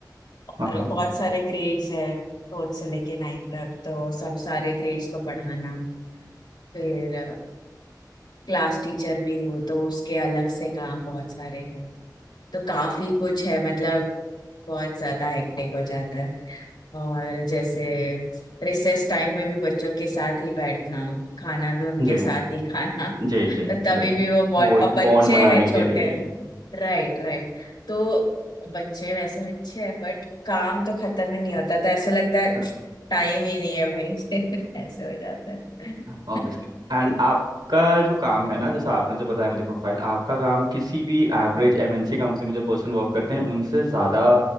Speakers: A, on the left; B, on the right.
A: और
B: हाँ हाँ
A: बहुत सारे ग्रेड्स हैं फोर्थ से लेके नाइन्थ तक तो सब सारे ग्रेड्स को पढ़ाना फिर क्लास टीचर भी हूँ तो उसके अलग से काम बहुत सारे हैं तो काफी कुछ है मतलब बहुत ज्यादा हेक्टिक हो जाता है और जैसे रिसेस टाइम में भी बच्चों के साथ ही बैठना खाना भी उनके
B: जी
A: साथ ही खाना
B: जी
A: <laughs>
B: जी
A: तो तभी
B: जी
A: भी वो बहुत
B: वो एक
A: अब बच्चे
B: बॉन्ड बनाने
A: हैं छोटे
B: के लिए
A: Right right तो बच्चे वैसे अच्छे हैं बट काम तो खत्म ही नहीं होता तो ऐसे लगता है
B: <laughs>
A: टाइम ही नहीं है भाई <laughs> ऐसे हो जाता है
B: ऑब्वियसली
A: <laughs>
B: एंड आपका जो काम है ना जैसा आपने जो बताया मुझे प्रोफाइल आपका काम किसी भी एवरेज एमएनसी कंपनी में जो पर्सन वर्क करते हैं उनसे ज़्यादा